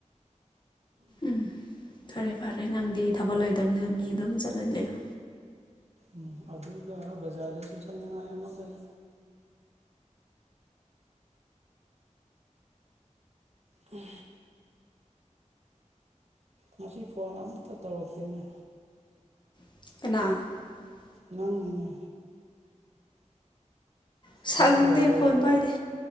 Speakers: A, on the left; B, on the right.
A: ꯎꯝ ꯐꯔꯦ ꯐꯔꯦ ꯅꯪꯗꯤ ꯊꯕꯛ ꯂꯩꯣꯏꯗꯕꯅꯤꯅ ꯃꯤ ꯑꯗꯨꯝ ꯆꯠꯂꯗꯤ ꯂꯩꯌꯣ
B: ꯎꯝ ꯑꯗꯨꯒ ꯕꯖꯥꯔꯗꯁꯨ ꯆꯠꯅꯤꯡꯉꯥꯏ ꯑꯃ ꯂꯩ ꯎꯝ ꯃꯁꯤ ꯐꯣꯟ ꯑꯝꯇ ꯇꯧꯔꯛꯇꯦꯅꯦ
A: <inaudible>
B: ꯂꯧ ꯃꯉꯦ
A: ꯁꯪꯗꯦ
B: ꯊꯕꯛ ꯣꯏꯉꯔꯁꯨ
A: ꯐꯣꯟ ꯄꯥꯏꯗꯦ